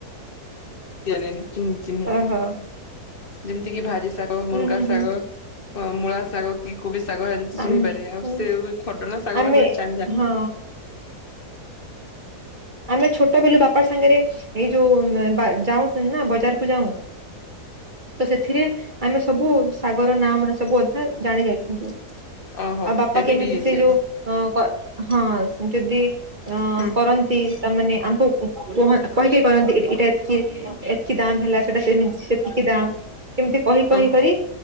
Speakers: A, on the left; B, on the right.
A: ଜାଣିନି କିି ଚିହି
B: ଓହୋ
A: ଯେମିତି କିି ଭାଜି ଶାଗ ମୁଗା
B: ହୁଁ ହୁଁ
A: ଶାଗ
B: ହୁଁ।
A: ମୂଳା ଶାଗ ଶାଗ କି କୋ ଶାଗ ଏମିତି
B: ଆମେ
A: ଚିହିଁ ପାରିବେ
B: ହୁଁ,
A: ସେ ସଜନା
B: ଆମେ ହଁ ଆମେ ଛୋଟ ବିଲୁ ବାପା ସାଙ୍ଗରେ ଏଇ ଯୋଉ ଯାଉ ନା ବଜାରକୁ ଯାଉ ତ ସେଥିରେ ଆମେ ସବୁ ଶାଗ ର ନାଁ ମାନେ ସବୁ ଅଧା ଜାଣି ଯାଉଛନ୍ତି
A: ଓହୋ
B: ଆଉ ବାପା
A: ହେବି
B: କେମିତି
A: ଡିସ୍
B: ସେ
A: ଏଗୁଡା
B: ଯୋଉ ହଁ ଯଦି ଅ
A: ହୁଁ
B: କରନ୍ତି ତାମାନେେ ଆମକୁ କହ କହିକି କର ଏଟା ଏକି ତିକି ଦାମ ହେଲା ସେଟା ସେମତି ସେତିକି ଦାମ ସେମିତି କହି କହି
A: ହୁଁ
B: କରି